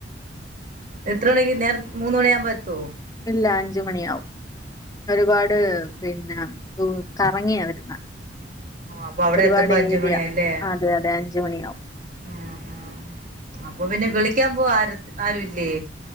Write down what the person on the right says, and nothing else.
എത്ര മണിക്ക് നേര മൂന്ന് മണിയാവുമ്പോ എത്തുവോ?
ആഹ് അപ്പൊ അവിടെ
എത്തുമ്പോ അഞ്ച്
മണിയാല്ലേ
ഉം ഉം അപ്പൊ പിന്നെ
വിളിക്കാൻ പോവാ ആര ആരു ഇല്ലേ?